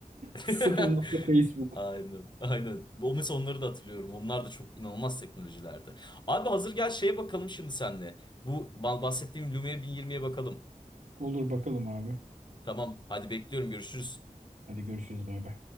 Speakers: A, on the left; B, on the right.
A: <laughs>
B: Sıfır nokta Facebook.
A: Aynen, aynen. O mesela onları da hatırlıyorum. Onlar da çok inanılmaz teknolojilerdi. Abi hazır gel şeye bakalım şimdi senle. Bu ba- bahsettiğim Lumia 1020'ye bakalım.
B: Olur bakalım abi.
A: Tamam, hadi bekliyorum. Görüşürüz.
B: Hadi görüşürüz bay bay.